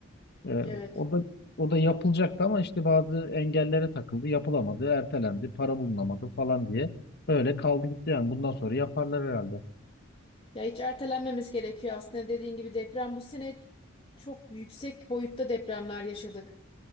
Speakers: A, on the left (about 55°); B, on the left (about 30°).
A: Ee,
B: Evet.
A: o da o da yapılacaktı ama işte bazı engellere takıldı, yapılamadı, ertelendi, para bulunamadı falan diye. Öyle kaldı gitti yani. Bundan sonra yaparlar herhalde.
B: Ya hiç ertelenmemiz gerekiyor aslında. Dediğin gibi deprem bu sene çok yüksek boyutta depremler yaşadık.